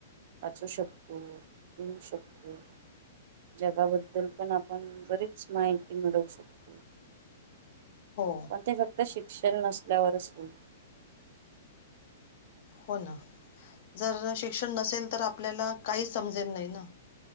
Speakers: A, on the right; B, on the left.
A: पाचू शक्तो लिहू शक्तो जगाबद्दल पण आपण बरीच माहिती मिळवू शकतो.
B: हो.
A: पण ते फक्त शिक्षण नसल्यावरच होईल.
B: हो ना जर शिक्षण नसेल तर आपल्याला काहीच समजेल नाय ना